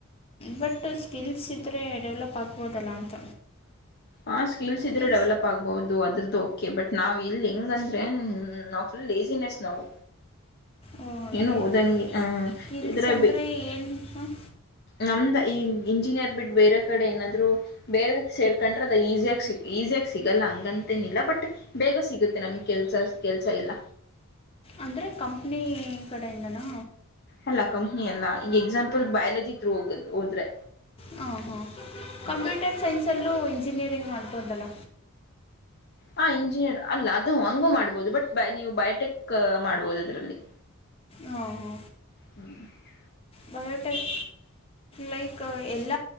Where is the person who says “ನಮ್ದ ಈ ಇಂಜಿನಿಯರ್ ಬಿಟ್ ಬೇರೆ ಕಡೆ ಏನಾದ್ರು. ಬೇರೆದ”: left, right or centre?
Left